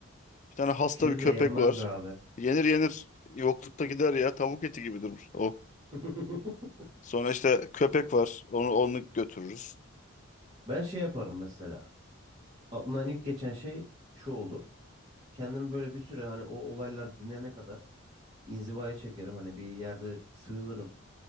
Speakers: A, on the left; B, on the right.
A: Bir tane hasta
B: Kedi
A: bir köpek
B: de yenmez
A: var.
B: be abi.
A: Yenir yenir. Yoklukta gider ya. Tavuk eti gibi durur o.
B: <laughs>
A: Sonra işte köpek var. Onu onu götürürüz.
B: Ben şey yaparım mesela. Aklımdan ilk geçen şey şu olur. Kendimi böyle bir süre hani o olaylar dinene kadar inzivaya çekerim. Hani bir yerde sığınırım.